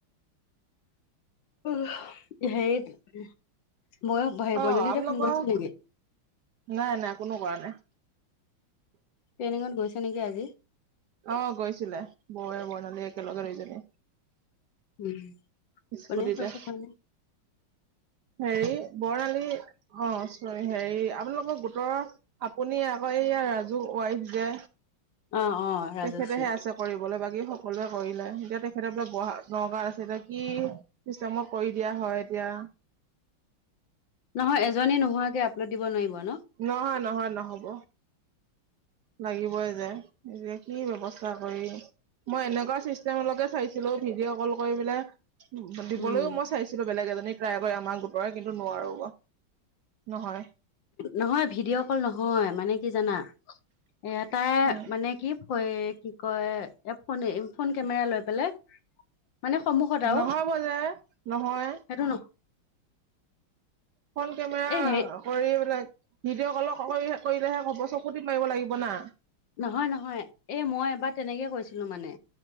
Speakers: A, on the left (about 65°); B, on the right (about 65°).
A: উঃ হেৰিত মই হেৰি
B: অ
A: বৰ্ণালী লহতে
B: আপোনালোকৰ
A: ফোন কৰিছিলে নেকি <inaudible>
B: নাই নাই কোনো কৰা নাই
A: ট্ৰেইনিংত গৈছে নেকি আজি
B: অ গৈছিলে বৌৱে, বৰ্ণালী একেলগে দুইজনী
A: উম,
B: স্কুটিতে
A: কোনে কৰিব পৰা নাই
B: হেৰি বৰ্ণালী অ চৰি হেৰি আপোনালোকৰ গোটৰ আপুনি আকৌ এইয়া আকৌ সেইয়া ৰাজুৰ ৱাইফ যে
A: অ অ ৰাজশ্ৰী
B: তেখেতেহে আছে কৰিবলৈ বাকী সকলোৱে কৰিলে এতিয়া তেখেতে বোলে গহা নগাঁৱত আছে নে কি পিছে মই কৰি দিয়া হয় এতিয়া
A: নহয় এজনী নোহোৱাকে আপলোড দিব নোৱাৰিব ন
B: নহয় নহয় নহ'ব লাগিবই যে এতিয়া কি বব্যৱস্থা কৰিম মই এনেকুৱা চিষ্টেমলৈকে চাইছিলো ভিডিঅ' কল কৰি পেলাই দিবলৈও
A: উম
B: মই চাইছিলো বেলেগ এজনী ট্ৰাই কৰি আমাৰ গোটৰে পৰা কিন্তু নোৱাৰো নহয়
A: নহয় ভিডিঅ' কল নহয় মানে কি জানা এ তাই
B: উম
A: মানে কি হয় কি কয় এ ফনে ফোন কেমেৰা লৈ পেলাই মানে সন্মুখত আৰু
B: নহ'ব যে নহয়
A: সেইটো নহ
B: ফোন কেমেৰা
A: এই হে
B: কৰিবলৈ ভিডিঅ' কলৰ কৰিলেহে হ'ব চকু টিপ মাৰিব লাগিব না
A: নহয় নহয় এই মই এবাৰ তেনেকে কৈছিলো মানে